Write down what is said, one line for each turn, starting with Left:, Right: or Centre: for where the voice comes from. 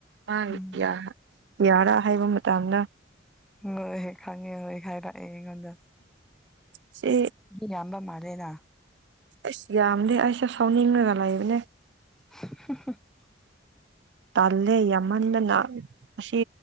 Right: ꯃꯥꯒꯤ
Centre: ꯎꯝ
Right: ꯌꯥꯔꯥ ꯍꯥꯏꯕ ꯃꯇꯝꯗ
Centre: ꯍꯣꯏꯍꯣꯏ ꯈꯪꯉꯦ ꯍꯣꯏ ꯍꯥꯏꯔꯛꯑꯦ ꯑꯩꯉꯣꯟꯗ
Right: ꯁꯤ
Centre: ꯌꯥꯝꯝꯕ ꯃꯥꯗꯦꯅ
Right: ꯑꯁ ꯌꯥꯝꯗꯤ ꯑꯩꯁꯦ ꯁꯥꯎꯅꯤꯡꯉꯒ ꯂꯥꯛꯏꯕꯅꯦ
Centre: <inaudible>
Right: ꯇꯥꯜꯂꯦ ꯌꯥꯝꯃꯟꯗꯅ ꯑꯁꯤ